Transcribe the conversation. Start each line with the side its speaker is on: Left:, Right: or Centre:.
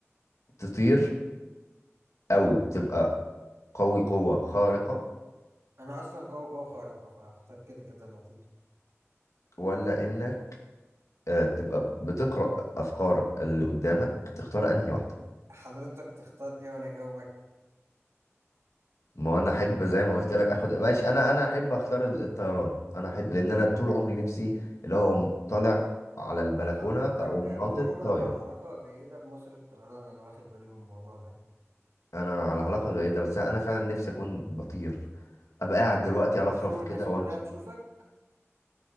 Left: تطير او تبقى قوي قوة خارقة
Right: انا اصلا قوي قوي خارقة فهختار كده كده النقيض
Left: ولا انك آه، تبقى بتقرأ افكار اللي قدامك تختار انهي واحدة
Right: حضرتك تختار ايه وانا اجاوبك
Left: ما هو انا احب زي ما قلت لك اخد ماشي انا انا احب اختار ال- الطيران انا احب لان انا طول عمري نفسي اللي هو أقوم طالع على البلكونة
Right: حضرتك
Left: او ناطط
Right: طول عمرك
Left: طاير
Right: على علاقة جيدة بمصر الطيران انا واخد بالي من الموضوع ده
Left: انا على علاقه جيده بس انا فعلا نفسي اكون بطير ابقى قاعد دلوقتي
Right: بتطير
Left: ارفرف
Right: والناس
Left: كده
Right: كلها
Left: وامشي
Right: تشوفك